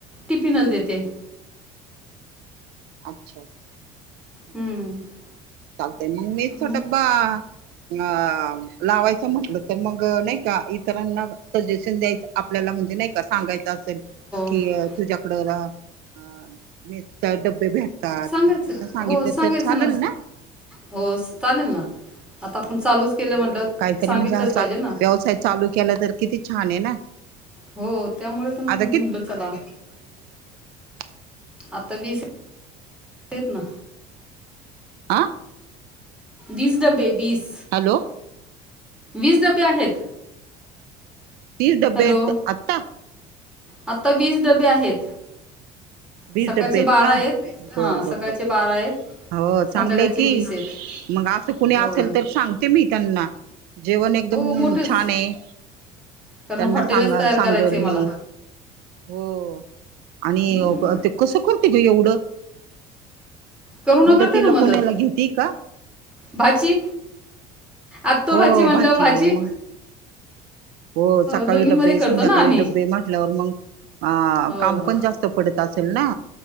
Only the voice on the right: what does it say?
अच्छा अच्छा
चालतयं मंग मेस चा
डब्बा अ लावायचा म्हटलं तर मग नाही का इतरांना सजेशन द्यायचं आपल्याला म्हणजे नाही का सांगायचं असेल कि
तुझ्याकडं राहा मेसचा डब्बे भेटतात
मी त्यांना
सांगितले
तर चालल ना?
हो
काहीतरी
म्हणजे असा
व्यवसाय चालू केला तर किती छान आहे ना
आता
अ
आं
हॅलो
तीस डब्बे
आहेत आत्ता
बीस
डबे आहेत
का?
बर
बर बर
हो चांगलंय
की
मग असं कुणी
असेल तर सांगते मी त्यांना जेवण एकदम
छान हे.
त्यांना
सांगा
सांगल
मी हो आणि
ते कसं करती ग एवढं,
मदतीला
कोणाला घेती का?
हो
मग हो सकाळी
डबे
संध्याकाळी
डबे म्हल्यावर मग आ
काम पण जास्त पडत असेल ना?